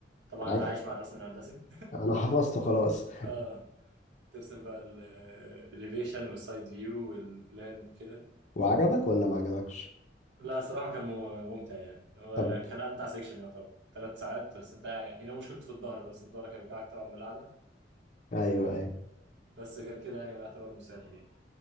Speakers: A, on the right; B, on the left.
A: طبعا
B: عج...
A: انت عايش مع الرسم الهندسي
B: انا <laughs> حفظته خلاص
A: اه ترسم بقى الاليفيشن والسايد فيو والبلان وكده
B: وعجبك ولا ما عجبكش
A: لا صراحة كان مم- ممتع يعني هو
B: طب
A: كان أمتع سيكشن يعتبر ثلاث ساعات بس أنت يعني هنا مشكلته في الظهر بس الظهر كان بيوجعك طبعا من القعدة
B: ايوه
A: آه،
B: ايوه
A: بس غير كده يعني هو يعتبر مسلي يعني